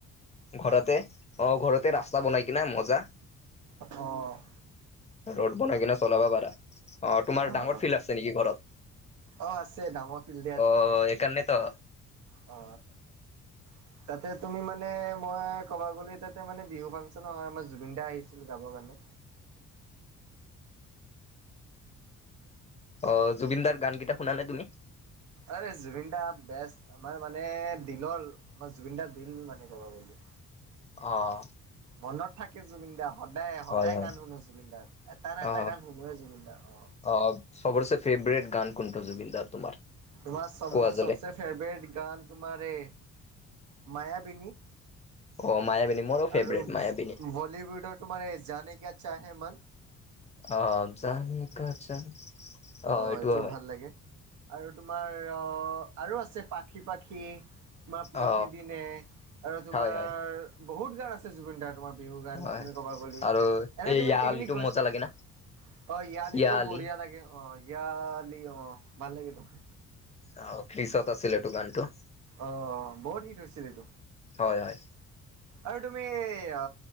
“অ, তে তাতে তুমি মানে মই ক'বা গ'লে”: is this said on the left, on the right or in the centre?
Right